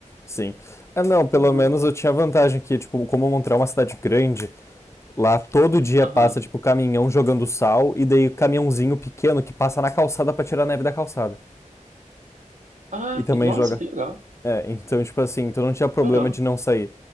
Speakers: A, on the left; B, on the right.
A: sim. Ah, não, pelo
B: Uhum.
A: menos eu tinha vantagem que, tipo, como Montreal é uma cidade grande, lá todo dia
B: Aham.
A: passa, tipo, caminhão jogando sal e daí caminhãozinho pequeno que passa na calçada pra tirar a neve da calçada.
B: Ah,
A: E também
B: que- nossa,
A: joga.
B: que legal.
A: É, então, tipo assim, tu não tinha problema
B: Caramba.
A: de não sair.